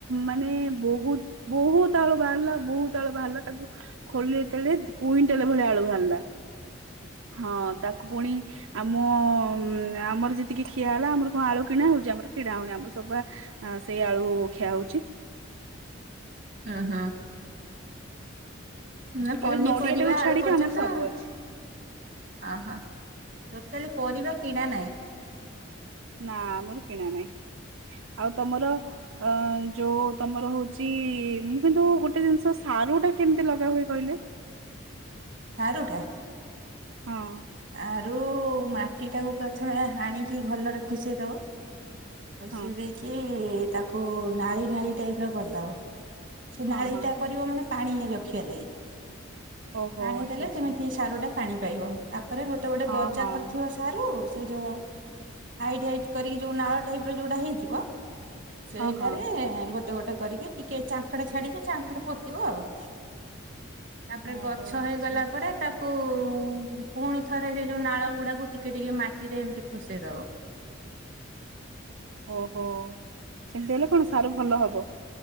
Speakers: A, on the right (about 75°); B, on the right (about 40°).
A: ମାନେ ବୋହୁତ ବୋହୁତ ଆଳୁ ବାହାରିଲା ବୋହୁତ ଆଳୁ ବାହାରିଲା ତାକୁ ଖୋଳିଲେ ଯେତେବେଳେ ଦି କୁଇଣ୍ଟାଲ ଭଳିଆ ଆଳୁ ବାହାରିଲା। ହଁ ତାକୁ ପୁଣି ଆମ ଆମର ଯେତିକି ଖିଆ ହେଲା ଆମର କଣ ଆଳୁ କିଣା ହୋଉଚି ଆମର କିଣା ହୋଉନି ଆମର ସବୁ ଆ ଆଁ ସେଇ ଆଳୁ ଖିଆ ହୋଉଚି।
B: ଉଁ ହୁଁ। ନା
A: ଖାଲି
B: ପନିପରିବା
A: ନଡିଆ ଟାକୁ
B: ଆଳୁ
A: ଛାଡିକି
B: ପର୍ଯ୍ୟନ୍ତ
A: ଆମର ସବୁ ଅଛି।
B: ଅହ ଟୋଟାଲି ପରିବା କିଣା ନାହିଁ।
A: ନା ଆମର କିଣା ନାଇଁ ଆଉ ତମର ଅ ଯୋଉ ତମର ହୋଉଚି ମୁଁ କିନ୍ତୁ ଗୋଟେ ଜିନିଷ ସାରୁଟା କେମତି ଲଗା ହୁଏ କହିଲେ।
B: ସାରୁଟା?
A: ହଁ।
B: ଆରୁ ମାଟିଟାକୁ ପ୍ରଥମେ ହାଣିକି ଭଲରେ ଖୁସେଇଦବ। ଖୋଷେଇ
A: ହଁ
B: ଦେଇକି ତାକୁ ନାଳି ନାଳି ଟାଇପର କରିଦବ। ସେ
A: ହଁ
B: ନାଳିଟା
A: ହଁ
B: କରିବ ମାନେ ପାଣି ରଖିବା ଲାଗି
A: ଓହୋ
B: ପାଣି
A: ଆଚ୍ଛା
B: ଦେଲେ
A: ଆଚ୍ଛା
B: ଯେମିତି ସାରୁଟା ପାଣି ପାଇବ ତାପରେ ଗୋଟେ ଗୋଟେ
A: ହଁ
B: ଗଜା
A: ହଁ
B: କରିଥିବା ସାରୁ ସେଇ ଯୋଉ ହାଇଟ୍ ହାଇଟ୍ କରିକି ଯୋଉ ନାଳ ଟାଇପର ଯୋଉଟା ହେଇଥିବ ସେଇଟାରେ
A: ହଁ ହଁ
B: ଗୋଟେ ଗୋଟେ କରିକି ଟିକେ ଚାଙ୍ଖଡେ ଛାଡିକି ଚାଙ୍ଖଡେ ପୋତିବ ଆଉ। ତାପରେ
A: ଓହୋ
B: ଗଛ
A: ଆଚ୍ଛା
B: ହେଇଗଲା ପରେ ତାକୁ ପୁଣି ଥରେ ସେଇ ଯୋଉ ନାଳଗୁଡାକୁ ଟିକେ ଟିକେ ମାଟିରେ ଏମତି ଖୁସେଇଦବ।
A: ଓହୋ ସେମତି ହେଲେ କଣ ସାରୁ ଭଲ ହବ।